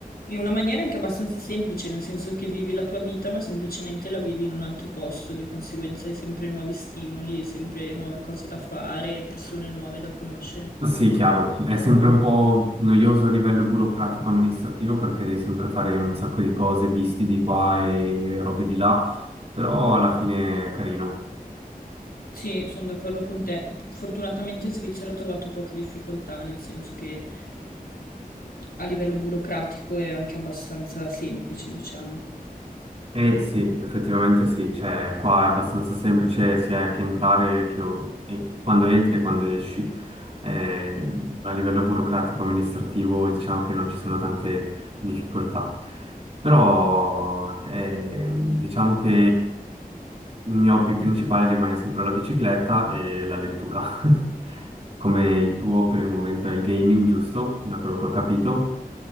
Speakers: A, on the left (about 90°); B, on the right (about 40°).
A: In una maniera anche abbastanza semplice, nel senso che vivi la tua vita, ma semplicemente la vivi in un altro posto, di conseguenza hai sempre nuovi stimoli, sempre nuove cose da fare, persone nuove da conoscere.
B: Sì, chiaro, è sempre un po' noioso a livello burocratico amministrativo perché devi sempre fare un sacco di cose, visti di qua e robe di là, però alla fine è carino.
A: Sì, sono d'accordo con te. Fortunatamente in Svizzera ho trovato poche difficoltà, nel senso che a livello burocratico è anche abbastanza semplice, diciamo.
B: E sì, effettivamente sì, cioè qua è abbastanza semplice sia che entrare che e quando entri e quando esci. Eh, a livello burocratico amministrativo diciamo che non ci sono tante difficoltà, però eh, diciamo che Il mio hobby principale rimane sempre la bicicletta e la lettura. <laughs> Come il tuo per il momento è il gaming, giusto? Da quello che ho capito.